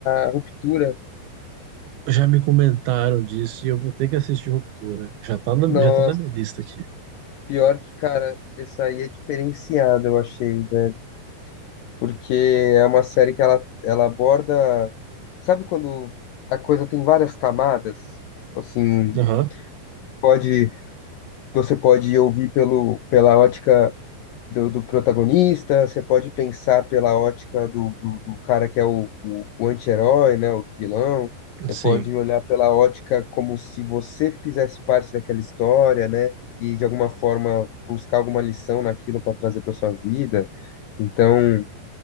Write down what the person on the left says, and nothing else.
a Ruptura.
Nossa,
pior que, cara, essa aí é diferenciada, eu achei, velho. porque é uma série que ela, ela aborda. Sabe quando a coisa tem várias camadas? Tipo assim,
pode, você pode ouvir pelo, pela ótica do, do protagonista, você pode pensar pela ótica do, do, do cara que é o, o, o anti-herói, né, o vilão. Você
pode olhar pela ótica como se você fizesse parte daquela história, né? E de alguma forma buscar alguma lição naquilo para trazer para sua vida. Então.